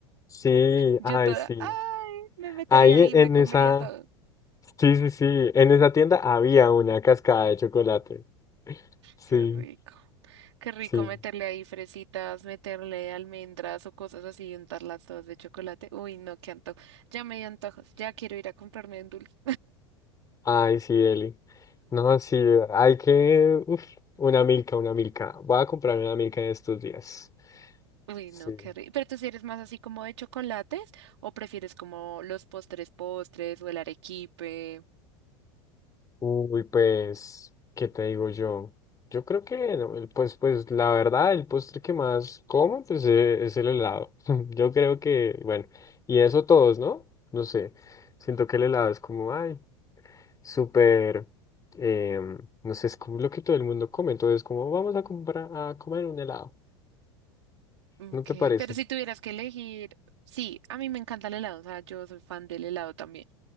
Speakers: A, on the left (about 20°); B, on the right (about 65°).
A: Sí,
B: Yo
A: ay,
B: toda,
A: sí.
B: ay, me metería
A: Ahí
B: ahí,
A: en en
B: me comería
A: esa,
B: todo.
A: sí, sí, sí, en esa tienda había una cascada de chocolate. Sí,
B: Qué rico. Qué rico
A: sí.
B: meterle ahí fresitas, meterle almendras o cosas así y untarlas todas de chocolate. Uy, no, qué antojo. Ya me dio antojos. Ya quiero ir a comprarme un dulce.
A: Ay, sí, Eli. No, sí, hay que... Uf, una milka, una milka. Voy a comprar una milka en estos días.
B: Uy,
A: Sí.
B: no, qué rico. Pero tú si eres más así como de chocolates o prefieres como los postres postres o el arequipe.
A: Uy, pues, ¿qué te digo yo? Yo creo que, no, el- pues, pues, la verdad, el postre que más como, pues, eh, es el helado. <laughs> Yo creo que, bueno, y eso todos, ¿no? No sé. Siento que el helado es como, ay, súper, em, no sé, es como lo que todo el mundo come. Entonces, como, vamos a comprar, a comer un helado.
B: Ok,
A: ¿No te parece?
B: pero si tuvieras que elegir, sí, a mí me encanta el helado, o sea, yo soy fan del helado también,